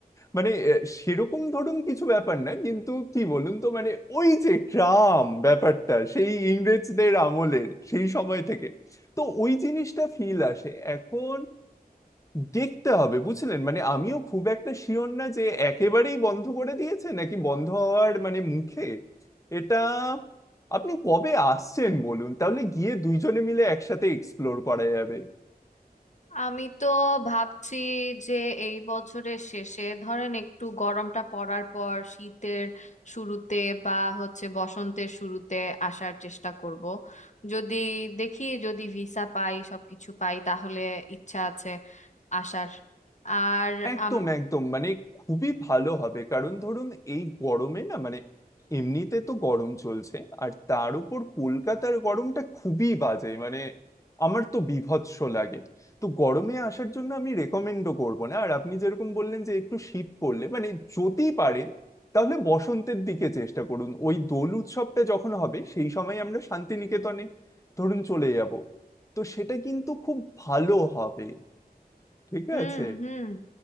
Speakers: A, on the left; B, on the left.
A: মানে আহ, সেরকম ধরুন কিছু ব্যাপার না কিন্তু কি বলুন তো মানে ওই যে ট্রাম ব্যাপারটা সেই ইংরেজদের আমলের সেই সময় থেকে তো ওই জিনিসটা ফিল আসে এখন দেখতে হবে বুঝলেন মানে আমিও খুব একটা শিওর না যে একেবারেই বন্ধ করে দিয়েছে নাকি বন্ধ হওয়ার মানে মুখে এটা আপনি কবে আসছেন বলুন তাহলে গিয়ে দুইজনে মিলে একসাথে এক্সপ্লোর করা যাবে
B: আমি তো ভাবছি যে এই বছরের শেষে ধরেন একটু গরমটা পড়ার পর শীতের শুরুতে বা হচ্ছে বসন্তের শুরুতে আসার চেষ্টা করব যদি দেখি যদি ভিসা পাই সবকিছু পাই তাহলে ইচ্ছা আছে আসার আর
A: একদম
B: আম
A: একদম মানে খুবই ভালো হবে কারণ ধরুন এই গরমে না মানে এমনিতে তো গরম চলছে আর তার উপর কলকাতার গরমটা খুবই বাজে মানে আমার তো বীভৎস লাগে তো গরমে আসার জন্য আমি রেকমেন্ডও করব না আর আপনি যেরকম বললেন যে একটু শীত পড়লে মানে যদি পারেন তাহলে বসন্তের দিকে চেষ্টা করুন ওই দোল উৎসবটা যখন হবে সেই সময় আমরা শান্তিনিকেতনে ধরুন চলে যাব তো সেটা কিন্তু খুব ভালো হবে ঠিক
B: হুম
A: আছে
B: হুম